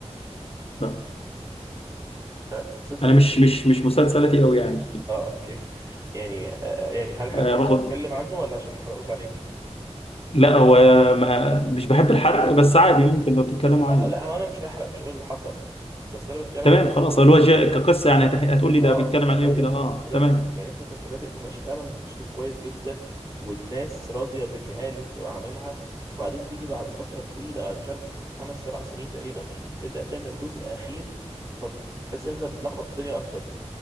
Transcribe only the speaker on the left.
لا
انا
مش مش مش مسلسلاتي قوي يعني
آه، رغم
لا هو ما مش بحب الحرق بس عادي ممكن لو تتكلموا
عادي
تمام
خلاص هو الوجه كقصه يعني هتح- هتقول لي
ده بيتكلم عن
ايه وكده
اه
تمام